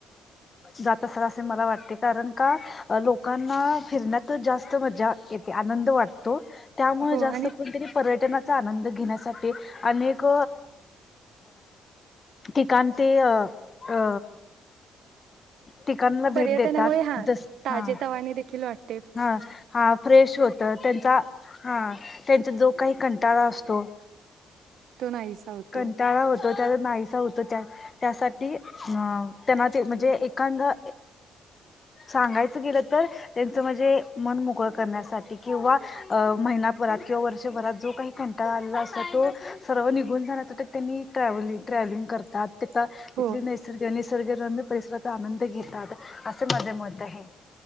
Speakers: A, on the left; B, on the right.
A: जात असतात असे मला वाटते कारण का लोकांना फिरण्यात जास्त मजा येते आनंद वाटतो त्यामुळे
B: हो
A: जास्त
B: आणि
A: करण तरी पर्यटनाचा आनंद घेण्यासाठी अनेक ठिकाण ते अ अ ठिकाणला भेट
B: पर्यटनामुळे
A: देतात
B: हा
A: जस
B: ताजे
A: हा
B: तवाने देखील वाट
A: हा हा फ्रेश होत त्यांचा हा त्यांचा जो काही कंटाळा असतो
B: तो नाहीसा होतो.
A: कंटाळा होतो त्या नाहीसा होत त्या त्यासाठी अ त्यांना ते म्हणजे एकदा सांगायचं गेलं तर त्याचं म्हणजे मन मोकळं करण्यासाठी किंवा महिनाभरात किंवा वर्षभरात जो काही कंटाळ आलेला असतो तो सर्व निघून जाण्यासाठी त्यांनी ट्रॅव्हल ट्रॅव्हलिंग करतात. ते ता
B: हो
A: तिथली निसर्ग निसर्गरम्य परिसर तिथं आनंद घेतात असं माझं मत आहे.